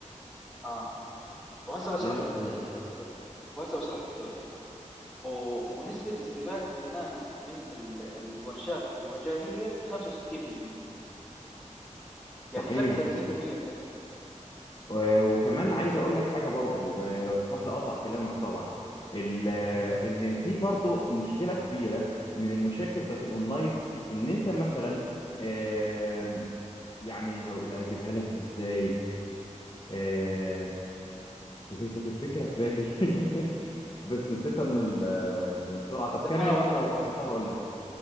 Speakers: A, in the centre; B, on the left.
A: آه وهسه بشرح
B: يا لهوي
A: لك الت- الس- السبب وهسه بشرح لك السبب ليش و- ونسبة استفادة الناس من ال- الورشات الوجاهية 65% يعني
B: صحيح
A: فرق 30% بتحكي
B: و- وكمان عايز اقول لك حاجه برضو آه، لو تسمح لي اقطع كلامك طبعا ال- آه، ان في برضو مشكله كبيره من المشاكل بتاعت الاونلاين ان انت مثلا آم، يعني هو- هجيبها لك ازاي آه، كانت الفكره في بالي <laughs> بس نسيتها من ال- من السرعه طب كمل
A: التفاعل
B: وانا
A: التفاعل
B: لو افتكرتها هقول لك